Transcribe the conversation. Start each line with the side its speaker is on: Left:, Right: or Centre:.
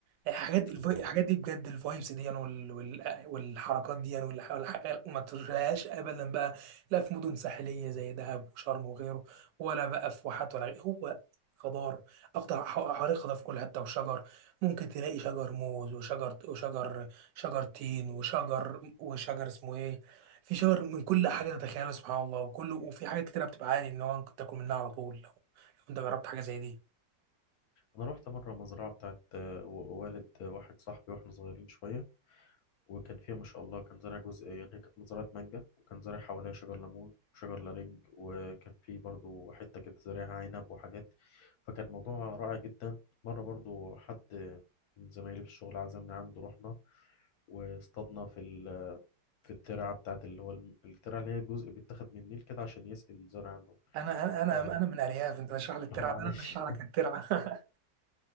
Right: الحاجات الف-
Left: الله
Right: الحاجات دي بجد الفايبس دي يعني وال... وال... والحركات دي والح... والح... ما تشوفهاش ابدا بقى لا في مدن ساحليه زي دهب وشرم وغيره ولا بقى في واحات ولا غيره هو خضار اخضر ح- حواليه خضار في كل حته وشجر ممكن تلاقي شجر موز وشجر وشجر شجر تين وشجر وشجر اسمه ايه في شجر من كل حاجه تتخيلها سبحان الله وكله وفي حاجات كتير بتبقى عادي ان هو ممكن تاكل منها على طول لو لو انت جربت حاجه زي دي
Left: أنا رحت مرة مزرعة بتاعت آه، و- والد واحد صاحبي وإحنا صغيرين شوية وكان فيها ما شاء الله كان زارع جزء يعني هي كانت مزرعة مانجا وكان زارع حواليها شجر ليمون وشجر لارنج وكان في برضو حتة كده زارعها عنب وحاجات فكان موضوع رائع جدا مرة برضو حد من زمايلي في الشغل عزمنا عنده رحنا واصطادنا في ال... في الترعة بتاعت اللي هو الم- الترعة اللي هي الجزء بيتاخد من النيل كده عشان يسقي الزرع عنده
Right: انا انا
Left: ف...
Right: انا من ارياف انت بشرح لي الترعه
Left: <laughs> معلش
Right: ده انا بشرح لك الترعه <laughs>